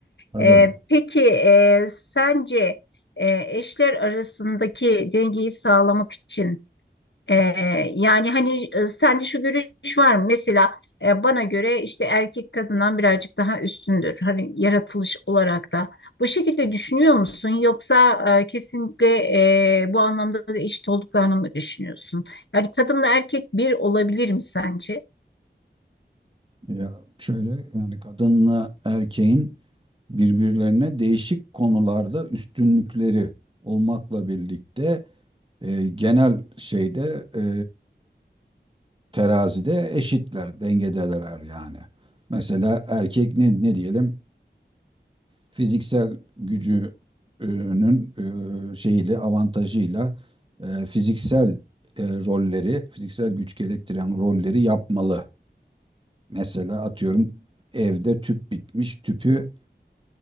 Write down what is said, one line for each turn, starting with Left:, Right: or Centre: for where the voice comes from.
Right: Tabii.
Left: Ee, peki e, sence e, eşler arasındaki dengeyi sağlamak için Ee, yani hani e, sende şu görüş var mı? Mesela e, bana göre işte erkek kadından birazcık daha üstündür. Hani yaratılış olarak da. Bu şekilde düşünüyor musun? Yoksa e, kesinlikle e, bu anlamda da eşit olduklarını mı düşünüyorsun? Yani kadınla erkek bir olabilir mi sence?
Right: Ya şöyle yani kadınla erkeğin birbirlerine değişik konularda üstünlükleri olmakla birlikte e, genel şeyde e, terazide eşitler, dengedeler yani. Mesela erkek ne, ne diyelim? fiziksel gücünün e, şeyiyle avantajıyla e, fiziksel e, rolleri, fiziksel güç gerektiren rolleri yapmalı. Mesela atıyorum evde tüp bitmiş, tüpü